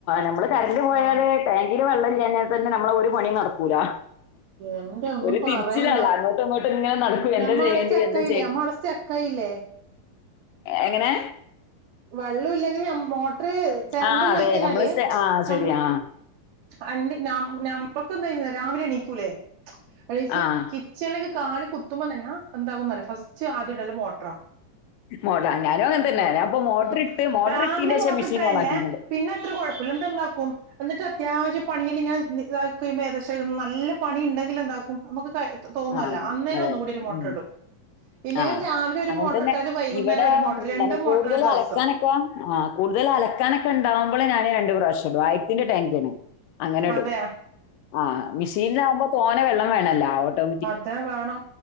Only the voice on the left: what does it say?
നമ്മള് കറന്റ് പോയാല്
ടാങ്കില് വെള്ളം ഇല്ലെന്നെ തന്നെ നമ്മള ഒരു മണി നടക്കൂല
ഒരു തിരിച്ചിലള്ള
അങ്ങോട്ടും ഇങ്ങോട്ടും ഇങ്ങനെ നടക്കൂ എന്താ
ചെയ്യേണ്ടി
എന്താ ചെയ്
എങ്ങനെ
ആഹ്
അതെ നമ്മള് ആഹ് ശരി
ആഹ്
ആഹ്
മോട്ട ഞാനും അങ്ങനെ തന്നെ
ഞാനിപ്പോ മോട്ടർ ഇട്ട് മോട്ടർ
ഇട്ടീന്റെ
ശേഷം മെഷീൻ ഓൺ ആക്കിക്ക്ണ്
ആഹ
അതെ
ഉ
ആഹ
അങ്ങനെ
തന്നെ
ഇവിടെ
നമു
കൂടുതൽ
അലക്കാനൊക്കെ ആ് കൂടുതൽ അലക്കാനൊക്കെ ഉണ്ടാവും <unintelligible> ഞാന് രണ്ട് പ്രാവശ്യെടും ആയത്തിന്റെ <unintelligible> അങ്ങനെടും
ആ മിഷീനകുമ്പോ തോന വെള്ളം വേണല്ലോ ട്ടോ